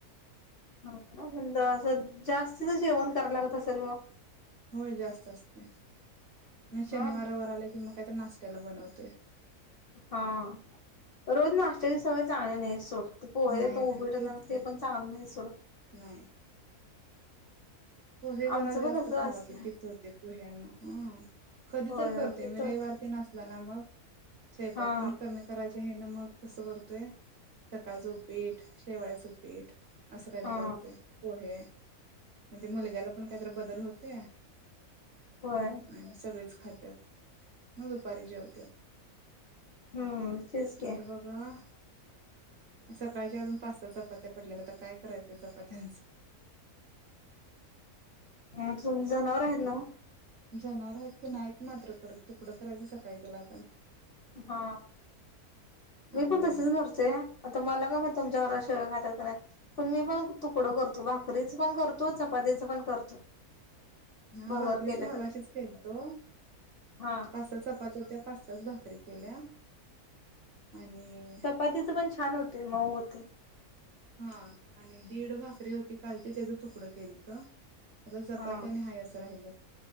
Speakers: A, on the left; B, on the right.
A: मग लागलीच जास्तीच जेवण करावं लागत असेल व
B: होय जास्त असतय म शनिवार
A: हा
B: रविवार आला की मग काहीतरी नाश्त्याला बनवतोय
A: हा रोज नाश्त्याची सवय चांगली नाही सोट ते पोहे
B: नाही
A: ते
B: नाही
A: उपीट
B: तेच की
A: ते पण चांगलं नाही सोड
B: नाही पोहे जरा
A: आमचं
B: जास्त
A: पण तसं
B: खावा
A: असत
B: की पित्त होतय पोह्यान हम कधी
A: होय
B: तर करतोय
A: होय पित्त
B: मी
A: होत
B: रविवार तेन असला ना मग स्वयंपाक
A: हा
B: पण कमी करायचे हे ना मग कसं करतोय सकाळचं उपीठ शेवळ्याचं उपीठ असं काहीतरी
A: हा
B: करतोय पोहे म्ह ते मुलग्याला पण काहीतरी बदल होतोय
A: होय
B: आणि सगळीच खात्यात मग दुपारी जेवत्यात
A: हम्म तेच की
B: आता बघा सकाळच्या अजून पाच सहा चपात्या पडल्यात आता काय करायचं चपात्यांचं
A: अ तुमची जनावर आहेत नवं
B: जनावर आहेत की नाहीत मात्र करत तुकडं करायचं सकाळीच जरा
A: हा मी
B: आणि
A: पण तसेच करतोय आता मला काय माहित तुमच्या हस शिळ खात्यात खरं पण मी पण तुकड करतो भाकरीच पण करतो चपातीच पण करतो
B: हा
A: भगर
B: भाकरीच
A: केल्यासारखी
B: मगाशीच केलतो
A: हा
B: पाच सहा चपात्या हुत्या पास असच भाकरी केल्या आणि
A: चपातीच पण छान होतय मऊ होतय
B: हा आणि दीड भाकरी होती कालची त्याच तुकडं केलत आता चपात्याने
A: हा
B: हाय असं राहिलं.